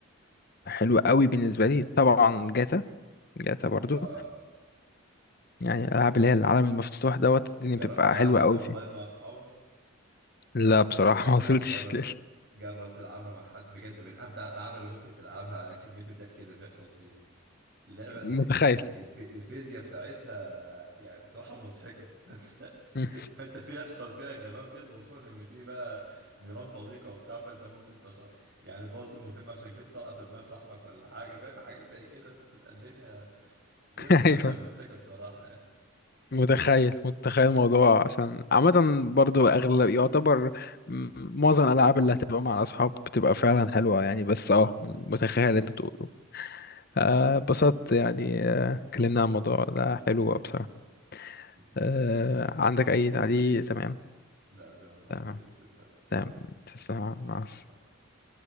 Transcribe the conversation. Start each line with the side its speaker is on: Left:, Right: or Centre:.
Left: الحلوة قوي بالنسبة لي طبعا
Right: جميل
Left: جاتا جاتا برضو
Right: اه
Left: يعني الألعاب اللي هي العالم المفتوح دوت الدنيا
Right: جربت
Left: بتبقى
Right: تلعب
Left: حلوة
Right: جاتا
Left: أوي
Right: اونلاين
Left: فيه
Right: مع اصحابك
Left: لا بصراحة ما
Right: لا
Left: وصلتش
Right: جربت
Left: <laughs> لل-
Right: جربت تلعبها مع حد بجد من امتع الالعاب اللي ممكن تلعبها كميه الضحك اللي بيحصل فيها اللعبة ال-
Left: متخيل
Right: ال- ال- الف- الفيزياء بتاعتها يعني بصراحة مضحكة <laughs> فانت
Left: مم.
Right: فانت بيحصل فيها غباء كتير خصوصا ان في بقى نيران صديقة وبتاع فانت ممكن تخ... يعني تبوظ المهمة عشان كده طلقة في دماغ صاحبك ولا حاجة فاهم حاجات زي كده فبتبقى الدنيا دي
Left: <laughs>
Right: بتبقى
Left: أيوه
Right: <laughs> مضحكة بصراحة يعني
Left: متخيل متخيل الموضوع عشان عامة برضو أغلب يعتبر م- معظم الألعاب اللي هتبقى مع الأصحاب بتبقى فعلا حلوة يعني بس اه
Right: مم.
Left: متخيل اللي أنت تقوله آه، اتبسطت يعني آه، اتكلمنا عن الموضوع ده حلو بصراحة
Right: مم.
Left: آه، عندك أي تعليق تمام
Right: لا تمام أوي
Left: تمام
Right: كده تسلم تسلم
Left: تمام
Right: يا يوسف والله.
Left: تسلم مع السلامة
Right: مع السلامة.